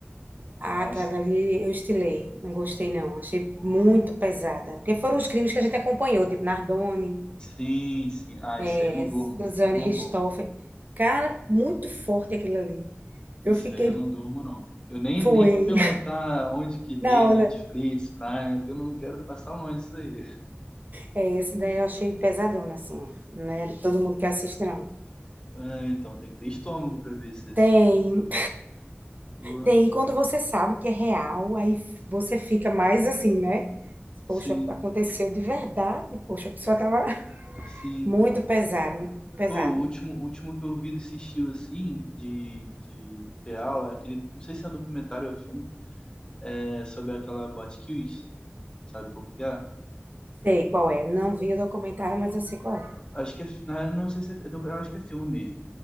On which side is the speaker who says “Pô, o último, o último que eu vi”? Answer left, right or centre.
Left